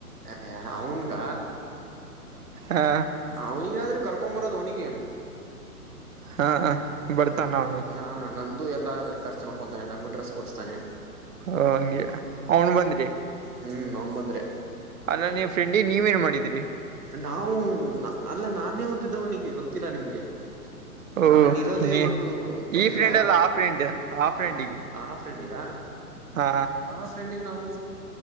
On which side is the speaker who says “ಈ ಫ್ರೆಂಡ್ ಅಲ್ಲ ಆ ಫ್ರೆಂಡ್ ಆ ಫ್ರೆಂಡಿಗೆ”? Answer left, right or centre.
Right